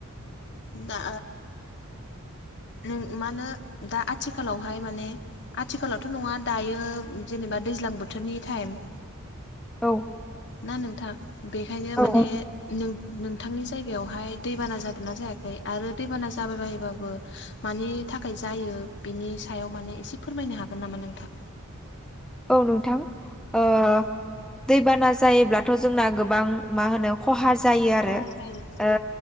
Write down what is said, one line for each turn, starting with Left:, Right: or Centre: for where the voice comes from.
Left: दा नों मा होनो दा आथिखालावहाय माने आथिखालावथ नङा दायो जेनेबा दैज्लां बोथोरनि टाइम
Centre: औ
Left: ना नोंथां बेखायनो
Centre: औ
Left: माने नों नोंथांनि जायगायावहाय दैबाना जादोंना जायाखै आरो दैबाना जाबाय बायोबाबो मानि थाखाय जायो बिनि सायाव माने एसे फोरमायनो हागोन नामा नोंथां
Centre: औ नोंथां ओ
Left: औ
Centre: दैबाना जायोब्लाथ जोंना गोबां मा होनो खहा जायो आरो
Left: खहा जायो।
Centre: ओ